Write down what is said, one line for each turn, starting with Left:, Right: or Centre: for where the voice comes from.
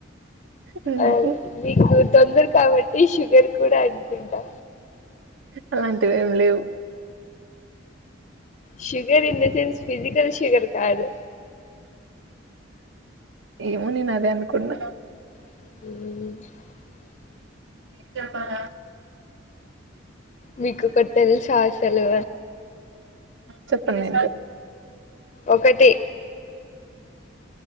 Right: హ్మ్.
Left: అ మీకు తొందర కాబ ఈ షుగర్ కూడా అనుకుంటా
Right: అలాంటివేం లేవు
Left: sugar in the sense physical sugar కాదు
Right: ఏమో నేను అదే అనుకున్నా
Left: మ్
Right: ఏం చెప్పాలా
Left: మీకు ఒక్కటి తెల్సా అసలు
Right: చెప్పండి
Left: ఒకటి